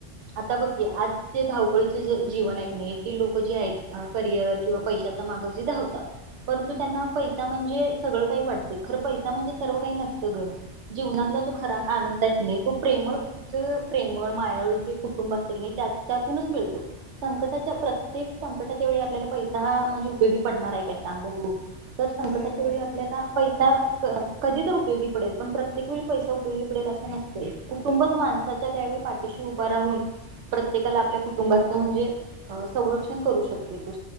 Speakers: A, on the right; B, on the left.
A: आता बघ की आज जे धाव पळीचे जे जीवन आय कणी ती लोक जे आहेत अ करियर किंवा पैशाचा माग जे धावतात परंतु त्यांना पैसा म्हणजे सगळं काही वाटतय, खर पैसा म्हणजे सर्व काही नसतं ग जीवनातला जो खरा
B: होय.
A: आनंद अयत की नाय तो प्रेम जअ प्रेमळ मायाळू जे कुटुंब अस की नाय त्यातूनच मिळतो. संकटाच्या प्रत्येक संकटाच्या वेळी आपल्याला पैसा हा म्हणजे उपयोगी पडणार आहे काय? सांग बघू, <inaudible> तर संकटाच्या
B: होय होय
A: वेळी आपल्याला पैसा क कधी तर उपयोगी पडेल, पण प्रत्येक वेळी पैसा उपयोगी पडेल असं नसतेय. कुटुंबच माणसाच्या त्यावेळी पाठीशी उभा राहून प्रत्येकाला आपल्या कुटुंबाचं म्हणजे अ संरक्षण करू शकते. तो,